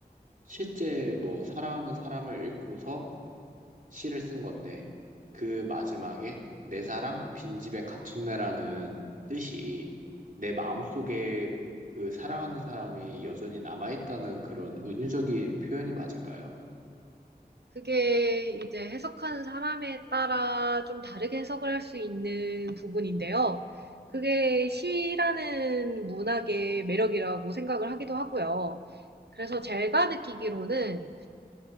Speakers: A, on the right; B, on the right.
A: 실제 뭐 사랑하는 사람을 잃고서 시를 쓴 건데 그 마지막에 내 사랑 빈집에 갇혔네라는 뜻이 내 마음속에 그 사랑하는 사람이 여전히 남아있다는 그런 은유적인 표현이 맞을까요?
B: 그게 이제 해석하는 사람에 따라 좀 다르게 해석을 할 수 있는 부분인데요. 그게 시라는 문학의 매력이라고 생각을 하기도 하고요. 그래서 제가 느끼기로는